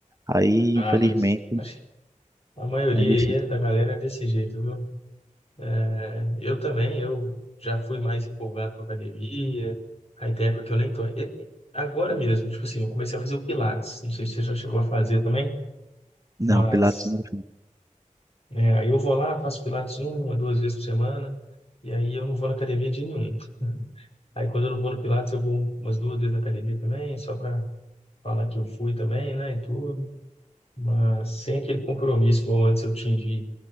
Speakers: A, on the right; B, on the left.
A: Aí,
B: Ah,
A: infelizmente,
B: mas Acho que a maioria
A: é difícil.
B: aí é- da galera é desse jeito, viu? É, eu também, eu já fui mais empolgado com a academia, aí tem época que eu nem tô. e- e- Agora mesmo, tipo assim, eu comecei a fazer o Pilates, não sei se você já chegou a fazer também,
A: Não,
B: mas
A: Pilates não.
B: é, aí eu vou lá, faço Pilates uma, duas vezes por semana, E aí eu não vou na academia de nenhum. Aí quando eu não vou no Pilates, eu vou umas duas vezes na academia também, só para falar que eu fui também, né, e tudo. Mas sem aquele compromisso igual antes eu tinha de ir